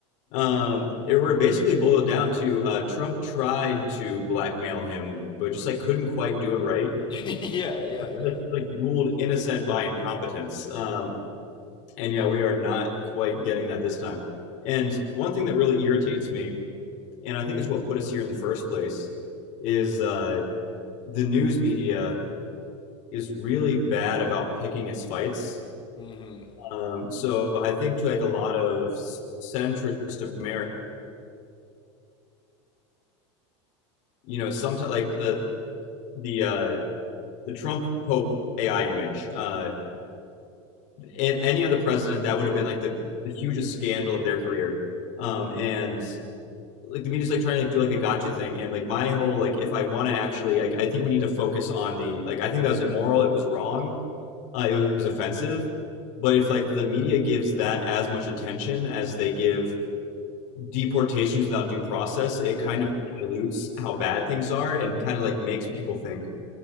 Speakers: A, on the left; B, on the left.
A: Um, it were basically boiled down to uh, Trump tried to blackmail him, but just like couldn't quite do it right.
B: <laughs> yeah, yeah, yeah.
A: like, like ruled innocent by incompetence. Um, and yeah, we are not quite getting that this time. And one thing that really irritates me, and I think is what put us here in the first place, is uh, the news media is really bad about picking its fights.
B: hmm
A: Um, so I think to like a lot of centrist America, you know, sometimes like the the uh, the Trump Pope AI image. Uh, in any other president, that would have been like the, the hugest scandal of their career. Um, and like the media's like trying to like, do like a gotcha thing. And like my whole like, if I want to actually, like, I think we need to focus on the like. I think that was immoral. It was wrong. Uh, it was offensive. But if like the media gives that as much attention as they give deportations without due process, it
B: Yeah,
A: kind of dilutes how bad things are and kind of like makes people think,